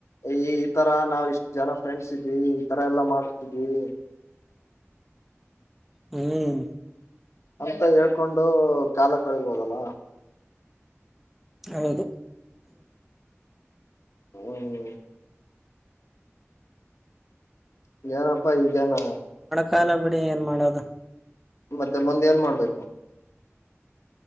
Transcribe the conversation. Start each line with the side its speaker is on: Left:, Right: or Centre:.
Left: ಈ ಈ ತರ ನಾವ್ ಇಷ್ಟ್ ಜನ ಫ್ರೆಂಡ್ಸ್ ಇದ್ವಿ ಈ ತರ ಎಲ್ಲ ಮಾಡ್ತಿದ್ವಿ
Centre: ಹ್ಮನ್
Left: ಅಂತ ಹೇಳ್ಕೊಂಡು ಕಾಲ ಕಳಿಬೋದಲ್ಲ
Centre: ಹೌದು
Left: ಹ್ಮ್ ಏನಪ್ಪಾ ಪೈಗ ನಾ
Centre: ಕಾಲ ಬಿಡಿ ಏನ್ ಮಾಡೋದು
Left: ಮತ್ತೆ ಮುಂದೆ ಏನ್ ಮಾಡ್ಬೇಕು